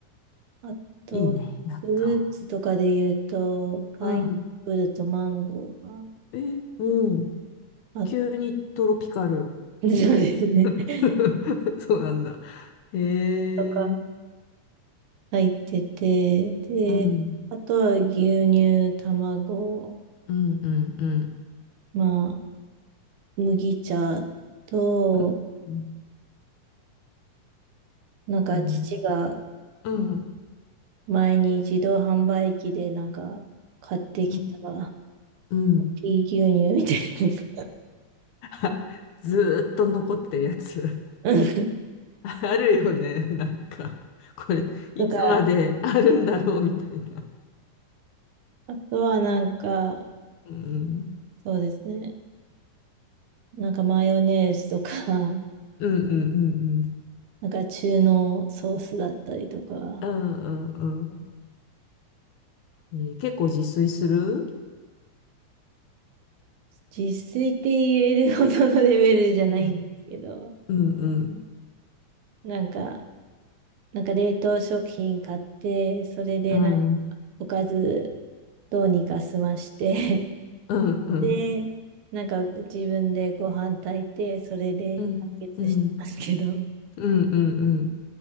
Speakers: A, on the right; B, on the left.
A: あと、
B: いいね、納豆。
A: フルーツとかで言うと、パイナップルとマンゴーが
B: うん。え、うん。
A: あっ
B: 急にトロピカル。
A: てですね。
B: <laughs>
A: <laughs>
B: そうなんだ。へえ。
A: とか入ってて、で、
B: うん。
A: あとは牛乳、卵、
B: うん、うん、うん。
A: まあ、麦茶と、
B: うん、うん。
A: なんか父が
B: うん、うん。
A: 前に自動販売機でなんか買ってきた
B: うんうん
A: ピー牛乳みたい
B: あずーっと残ってるやつ。<laughs>
A: なうん
B: あるよね。なんか、これ、いつまであるんだろうみたいな。
A: とか、あとはなんか、
B: うん。
A: そうですね。なんかマヨネーズとか、
B: うん、うん、うん、うん。
A: なんか中濃ソースだったりとか、
B: うん、うん、うん。えー結構自炊する
A: 実炊って言えるほどのレベルじゃないんですけど、
B: うん、うん、うん。
A: なんかなんか冷凍食品買って、それでなんか
B: うん、
A: おかずどうにか済まして
B: うん、
A: <laughs>
B: うん。
A: で、なんか自分でご飯炊いて、それで完結してますけど。
B: うん、うん。うんうん